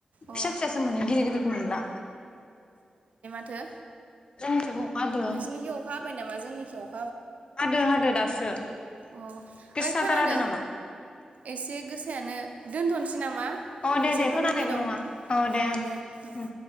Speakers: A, on the left; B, on the right.
A: फिसा
B: अ
A: फिसासो मोनो गिदिर गिदिरखौ मोनला।
B: थो
A: जोंनिथिंबो अखा हादो
B: नोंसोरनिखि अखा हाबाय नामा जोंनिखि अ
A: हादो हादो दासो। <unintelligible>
B: अ
A: गोसाथार
B: ओइ खोनादो
A: हादो नामा?
B: एसे गोसायानो दोनथनसै। नामा
A: अ दे
B: एसे
A: दे
B: खामानि
A: खोनानायबो
B: दं।
A: नङा औ
B: अ
A: ओं
B: दे ओम।